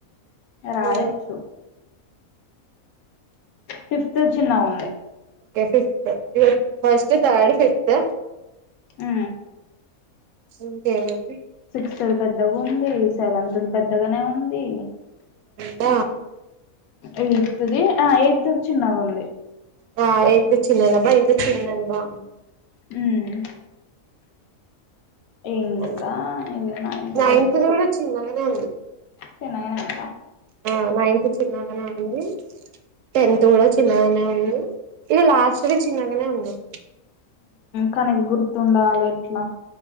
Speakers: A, on the left; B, on the right.
A: రాయొచ్చు
B: ఉ
A: ఫిఫ్త్ ది చిన్నగా ఉంది
B: ఫిఫ్త్ ఇక ఫస్ట్ థర్డ్ ఫిఫ్త్
A: అ
B: ఇంకే మేమ్
A: సిక్స్ పెద్దగుంది సెవెంత్ ది పెద్దగానే ఉంది
B: బ
A: ఎయిత్ది ఆ ఎయిత్ది చిన్నగా ఉంది
B: బా ఎయిత్ చిన్నా దెబ్బా ఇంత చిన్నాల బా
A: హ్మ్ ఇంకా
B: అే
A: ఇది నైన్త్
B: నైన్తిది కూడ చిన్ననే ఉంది
A: చిన్నగానె ఉంట
B: ఆ నైన్త్ చిన్నగానే ఉంది టెన్త్ కూడ చిన్నగానే ఉంది ఇవి లాస్ట్ దిచిన్నగానే ఉన్నాయి
A: కానీ గుర్తుండాలి ఎట్లా